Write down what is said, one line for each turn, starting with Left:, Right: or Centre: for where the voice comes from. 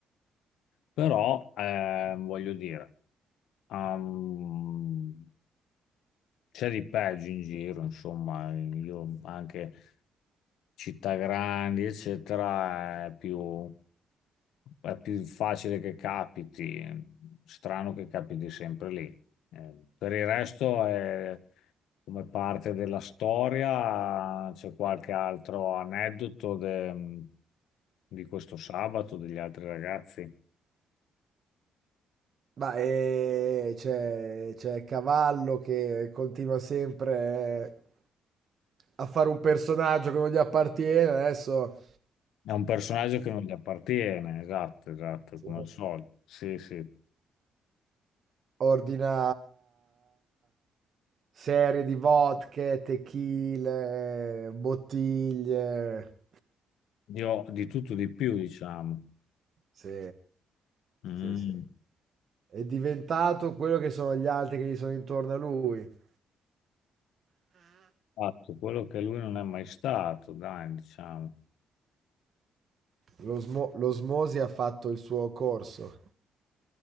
Left: Però, eh, voglio dire, ehm, c'è di peggio in giro, insomma, io anche città grandi, eccetera, è più è più facile che capiti, eh, strano che capiti sempre lì. Eh, per il resto è come parte della storia, c'è qualche altro aneddoto de- di questo sabato, degli altri ragazzi.
Right: Ma eh, c'è, c'è Cavallo che continua sempre eh, a fare un personaggio che non gli appartiene. Adesso
Left: È un personaggio che non gli appartiene, esatto, esatto,
Right: Sì.
Left: come al solito. Sì, sì.
Right: ordina serie di vodka, tequila, bottiglie.
Left: Io di tutto di più, diciamo.
Right: Sì,
Left: Mm.
Right: sì, sì. È diventato quello che sono gli altri che gli sono intorno a lui.
Left: Fatto quello che lui non è mai stato, dai, diciamo.
Right: L'osmo- l'osmosi ha fatto il suo corso.